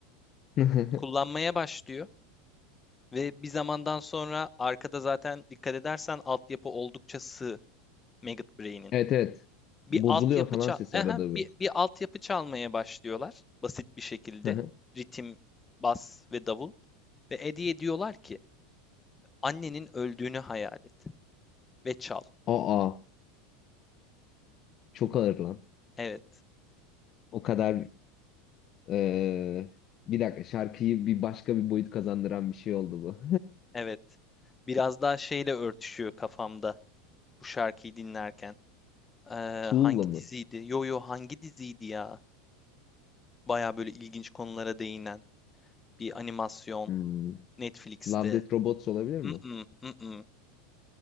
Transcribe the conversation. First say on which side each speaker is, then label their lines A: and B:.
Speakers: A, on the left; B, on the left.
A: <laughs>
B: Kullanmaya başlıyor. Ve bir zamandan sonra arkada zaten dikkat edersen altyapı oldukça sığ. Maggot Brain'in.
A: Evet evet.
B: Bir
A: Bozuluyor
B: altyapı
A: falan
B: ça
A: sesi
B: Aha,
A: arada
B: bir,
A: bir.
B: bir altyapı çalmaya başlıyorlar basit bir şekilde.
A: Hı hı.
B: Ritim, bas ve davul. Ve Eddie'ye diyorlar ki annenin öldüğünü hayal et ve çal.
A: Aa çok ağır lan.
B: Evet,
A: O kadar Ee, bir dakika şarkıyı bir başka bir boyut kazandıran bir şey oldu bu.
B: evet. Biraz daha şeyle örtüşüyor kafamda bu şarkıyı dinlerken. Ee,
A: <laughs> Tool'la
B: hangi
A: mı?
B: diziydi? Yo yo hangi diziydi ya? Baya böyle ilginç konulara değinen bir animasyon
A: Hmm.
B: Netflix'te.
A: Love Death Robots olabilir mi?
B: Mm-mm, mm-mm.